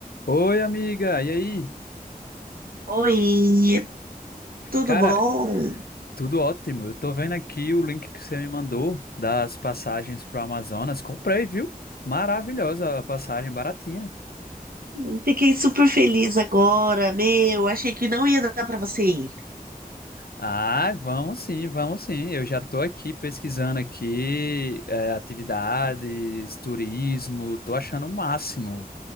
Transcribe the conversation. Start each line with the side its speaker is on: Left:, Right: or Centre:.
Left: Oi, amiga, e aí?
Right: Oi, tudo
Left: Cara,
Right: bom?
Left: tudo ótimo. Eu tô vendo aqui o link que você me mandou das passagens pro Amazonas. Comprei, viu? Maravilhosa a passagem, baratinha.
Right: Hum, Fiquei super feliz agora, meu. Achei que não ia dar pra você ir.
Left: Ah, vamos sim, vamos sim. Eu já tô aqui pesquisando aqui, eh, atividades, turismo, tô achando o máximo.